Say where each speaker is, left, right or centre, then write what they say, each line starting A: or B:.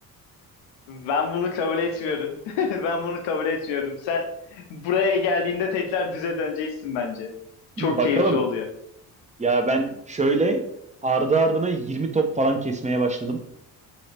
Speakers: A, on the left (about 75°); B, on the right (about 15°).
A: Ben bunu kabul etmiyorum. <laughs> Ben bunu kabul etmiyorum. Sen buraya geldiğinde tekrar düze döneceksin bence.
B: <laughs> Bakalım.
A: Çok keyifli oluyor.
B: Ya ben şöyle ardı ardına 20 top falan kesmeye başladım.